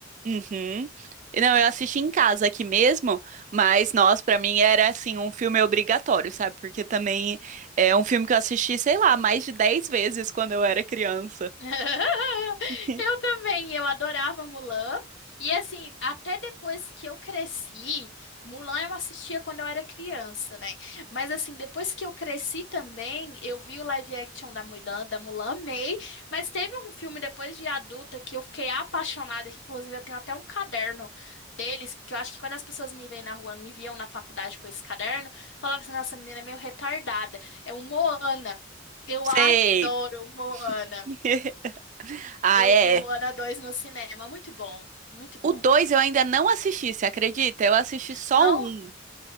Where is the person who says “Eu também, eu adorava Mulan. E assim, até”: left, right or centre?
Left